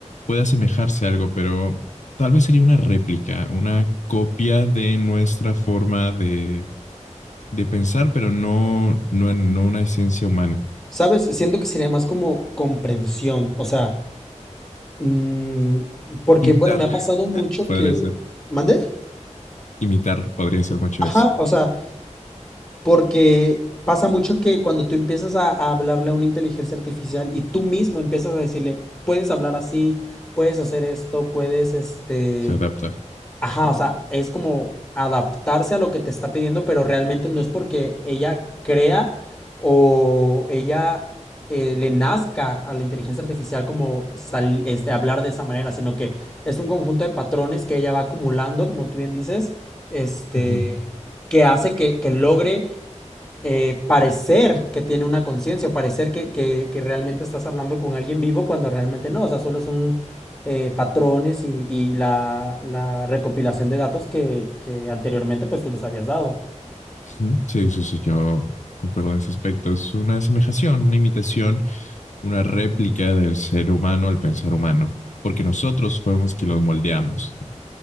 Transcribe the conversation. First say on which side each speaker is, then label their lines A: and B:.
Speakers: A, on the left; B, on the left.
A: puede asemejarse a algo, pero tal vez sería una réplica, una copia de nuestra forma de. de pensar, pero no, no, no una esencia humana.
B: ¿sabes? Siento que sería más como comprensión, o sea, mm, porque,
A: Imitar
B: bueno, me ha pasado mucho
A: podría
B: que...
A: ser,
B: ¿Mande?
A: imitar podría ser mucho
B: Ajá,
A: eso.
B: o sea, Porque pasa mucho que cuando tú empiezas a, a hablarle a una inteligencia artificial y tú mismo empiezas a decirle, puedes hablar así, puedes hacer esto, puedes, este,
A: Se adapta,
B: ajá,
A: ¿no?
B: o sea, es como adaptarse a lo que te está pidiendo, pero realmente no es porque ella crea o ella eh, le nazca a la inteligencia artificial como sal- este, hablar de esa manera, sino que es un conjunto de patrones que ella va acumulando, como tú bien dices, este,
A: Ujú,
B: que hace que que logre eh, parecer que tiene una conciencia, parecer que, que, que realmente estás hablando con alguien vivo cuando realmente no, o sea, solo son eh, patrones y, y la, la recopilación de datos que, que anteriormente pues tú les habías dado.
A: ujú. Sí, sí, sí, yo concuerdo en ese aspecto. Es una asemejación, una imitación. una réplica del ser humano, el pensar humano, porque nosotros fuimos quienes los moldeamos.